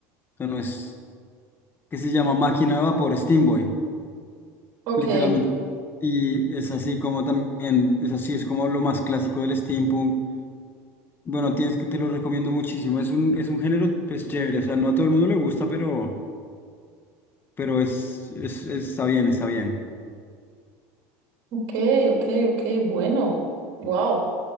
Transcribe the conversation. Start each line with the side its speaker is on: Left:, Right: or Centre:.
Left: o sea, no es, que se llama Máquina de Vapor, Steam Boy,
Right: ok,
Left: literalmente. Y es así como también, es así, es como lo más clásico del steampunk. Bueno, tienes que, te lo recomiendo muchísimo, es un, es un género, pues, chévere, o sea, no a todo el mundo le gusta, pero, pero es, es, está bien, está bien.
Right: ok, ok, ok. Bueno, wow.